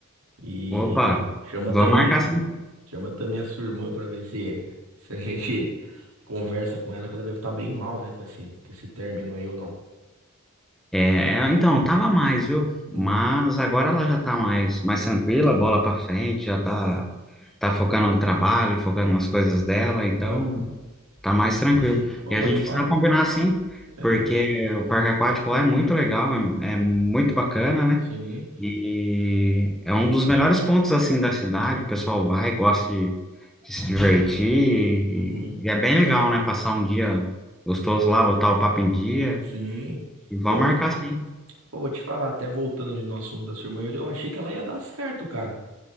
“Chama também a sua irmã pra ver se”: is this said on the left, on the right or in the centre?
Right